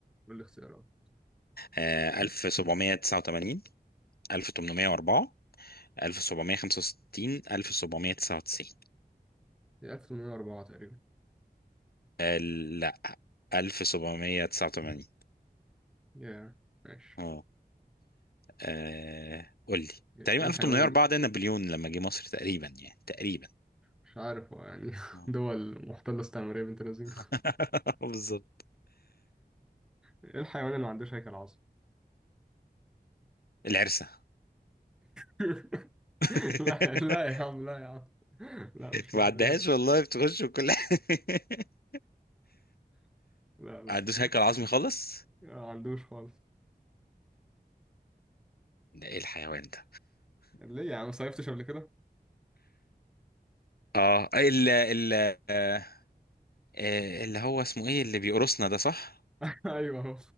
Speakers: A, in the centre; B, on the left (about 65°).
A: قول لي اختيارات
B: آه، 1789 1804 1765 1799
A: هي 1804 تقريبا
B: آه، لا 1789
A: يا ماشي
B: اه آه، قول لي
A: ايه
B: تقريبا
A: الحيوان
B: 1804
A: اللي
B: ده نابليون لما جه مصر تقريبا يعني تقريبا
A: مش عارف هو يعني <laughs>
B: آه.
A: دول محتلة استعمارية بنت لذينة
B: <laughs> بالظبط
A: ايه الحيوان اللي ما عندوش هيكل عظمي
B: العرسه
A: <laughs>
B: <laughs>
A: لا لا يا عم لا يا عم لا مش الدرجات
B: ما عدهاش والله بتخش وكل حاجه <laughs>
A: لا لا
B: عدوش هيكل عظمي خالص
A: ما عندوش خالص
B: ده ايه الحيوان ده
A: ليه يا عم صيفتش قبل كده
B: اه ال ال آه، آه، اللي هو اسمه ايه اللي بيقرصنا ده صح
A: <laughs> ايوه هو